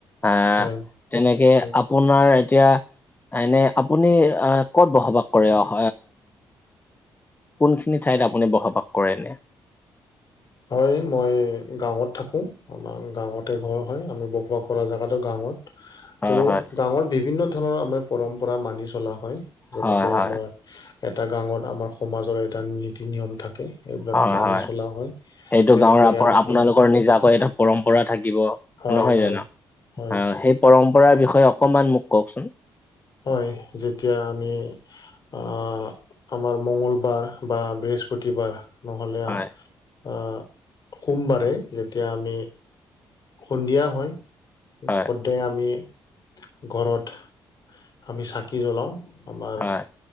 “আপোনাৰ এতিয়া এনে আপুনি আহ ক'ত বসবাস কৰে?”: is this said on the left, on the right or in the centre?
Left